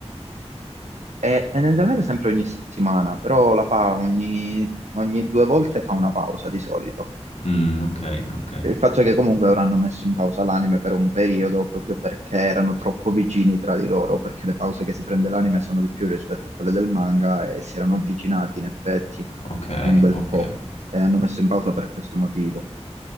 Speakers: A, on the right; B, on the left.
A: E tendenzialmente sempre ogni settimana, però la fa ogni, ogni due volte fa una pausa di solito.
B: Mm, ok, ok.
A: Il fatto è che comunque ora hanno messo in pausa l'anime per un periodo proprio perché erano troppo vicini tra di loro, perché le pause che si prende l'anime sono di più rispetto a quelle del manga e si erano avvicinati in effetti
B: Ok,
A: un bel
B: ok.
A: po' e hanno messo in pausa per questo motivo.